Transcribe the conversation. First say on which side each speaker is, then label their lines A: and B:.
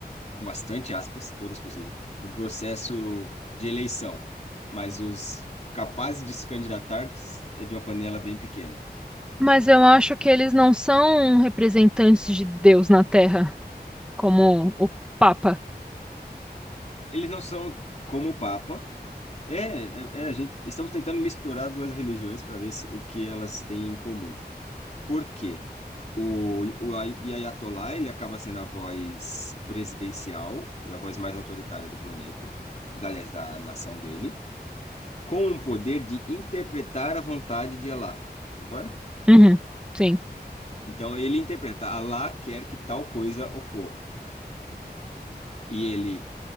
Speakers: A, on the left (about 40°); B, in the centre.
A: com bastante aspas, todas possíveis, um processo de eleição, mas os capazes de se candidatar é de uma panela bem pequena.
B: Mas eu acho que eles não são representantes de Deus na Terra, como o Papa.
A: Eles não são como o Papa. É, é, é, a gente, estamos tentando misturar duas religiões para ver se, o que elas têm em comum. Por quê? O, o Ay- Ayatollah, ele acaba sendo a voz presidencial e a voz mais autoritária do planeta, da- aliás, da nação dele, com o poder de interpretar a vontade de Allah. Concorda?
B: Uhum, sim.
A: Então, ele interpreta, Allah quer que tal coisa ocorra. E ele